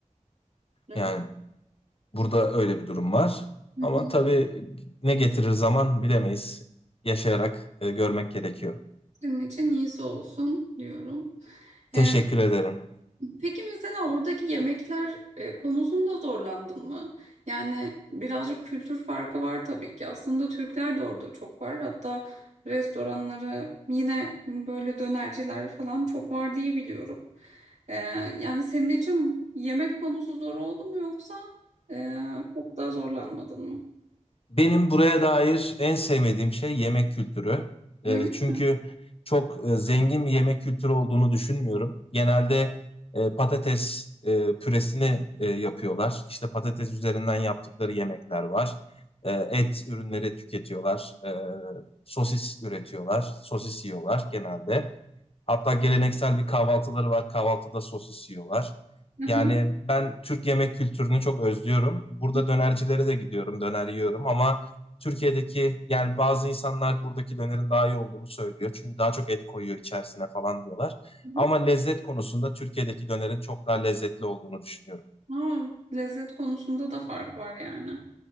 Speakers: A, on the right; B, on the left.
A: Evet.
B: Yani burada öyle bir durum var.
A: Hı
B: Ama
A: hı.
B: tabii ne getirir zaman bilemeyiz. Yaşayarak e, görmek gerekiyor.
A: Senin için iyisi olsun diyorum.
B: Teşekkür
A: Ee,
B: ederim.
A: Peki mesela oradaki yemekler e, konusunda zorlandın mı? Yani birazcık kültür farkı var tabii ki. Aslında Türkler de orada çok var. Hatta restoranları yine böyle dönerciler falan çok var diye biliyorum. E, yani senin için yemek konusu zor oldu mu yoksa e, çok daha zorlanmadın mı?
B: Benim buraya dair en sevmediğim şey yemek kültürü. E,
A: Öyle
B: çünkü
A: mi?
B: çok e, zengin bir yemek kültürü olduğunu düşünmüyorum. Genelde e, patates e, püresini e, yapıyorlar. İşte patates üzerinden yaptıkları yemekler var. E, et ürünleri tüketiyorlar. E, sosis üretiyorlar. Sosis yiyorlar genelde. Hatta geleneksel bir kahvaltıları var. Kahvaltıda sosis yiyorlar.
A: Hı hı.
B: Yani ben Türk yemek kültürünü çok özlüyorum. Burada
A: Hı hı.
B: dönercilere de gidiyorum, döner yiyorum ama Türkiye'deki yani bazı insanlar buradaki dönerin daha iyi olduğunu söylüyor. Çünkü daha çok et koyuyor içerisine falan diyorlar.
A: Hı
B: Ama
A: hı.
B: lezzet konusunda Türkiye'deki dönerin çok daha lezzetli olduğunu düşünüyorum.
A: Aa, lezzet konusunda da fark var yani.